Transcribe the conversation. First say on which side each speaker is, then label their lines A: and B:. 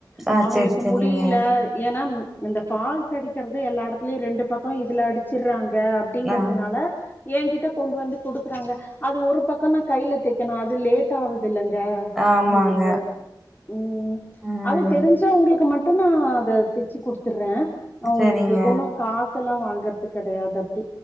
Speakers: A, in the centre; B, on the left.
A: ஆ
B: ஏ அவுங்ளுக்கு
A: செரி செரிங்க
B: முடில ஏன்னா இந்த பாஃல்ஸ் அடிக்கறதே எல்லா எடத்துலயு ரெண்டு பக்கோ இதுல அடிச்சர்றாங்க அப்டிங்கறதுனால
A: ஆ
B: ஏங்கிட்ட கொண்டு வந்து குடுக்குறாங்க அது ஒரு பக்கோ நா கைல தைக்கணு அது லேட் ஆவு இல்லங்க
A: ஆமாங்க
B: உங்ளுக்கு உம்
A: ம்
B: அது தெரிஞ் அதுக்கு மட்டு நா அத தெச்சி குடுத்தர்றே அவுங்ளுக்கு
A: செரிங்க
B: ஒன்னா காஷ் இதெல்லா வாங்கறது கெடையாது